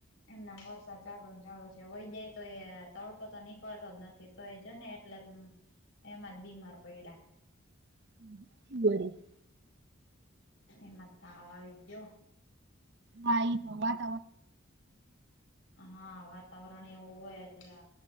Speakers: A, on the left (about 70°); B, on the right (about 55°).
A: એમના વરસાદ ચાલુ ને ચાલુ છે, વહી જાય તો, એ તડકો તો નીકળતો જ નથી. તો એ જોને એટલે જ, એમાં જ બીમાર પયડા.
B: <unintelligible>
A: એમાં જ તાવ આવી ગીયો.
B: હા ઈ પણ વાત
A: હા. વાતાવરણ એવું હોય એટલે